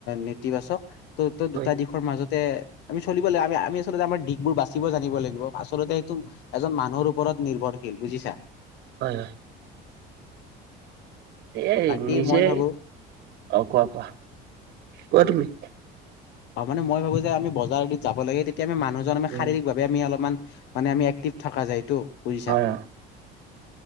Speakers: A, on the left; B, on the right.
A: নেতিবাচক ত', ত'
B: হয়
A: দুটা
B: হয়
A: দিশৰ মাজত তে আমি চলিব লাগিব আমি আমি আচলতে আমাৰ দিশবোৰ বাচিব জানিব লাগিব। আচলতে সেইটো এজন মানুহৰ ওপৰত ৰত নিৰ্ভৰশীল বুজিছা?
B: হয় হয়। এই
A: বাকী
B: নিজে,
A: মই ভাবো
B: অ' কোৱা কোৱা? কোৱা তুমি?
A: অ' মানে মই ভাবোঁ যে আমি বজাৰ আদিত যাব লাগে তেতিয়া আমি মানুহজন আমি
B: উম
A: শাৰীৰিকভাৱে আমি অলপমান মানে আমি এক্টিভ থাকা যায়তো বুজিছা?
B: হয় হয়